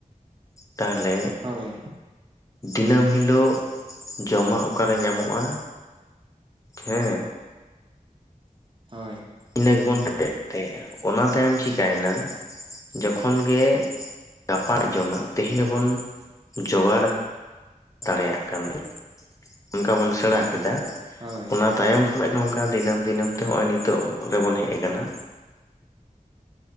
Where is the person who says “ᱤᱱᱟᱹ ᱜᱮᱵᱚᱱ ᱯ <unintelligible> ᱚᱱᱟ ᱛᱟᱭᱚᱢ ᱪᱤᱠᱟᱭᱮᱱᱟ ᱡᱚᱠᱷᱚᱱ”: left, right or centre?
Left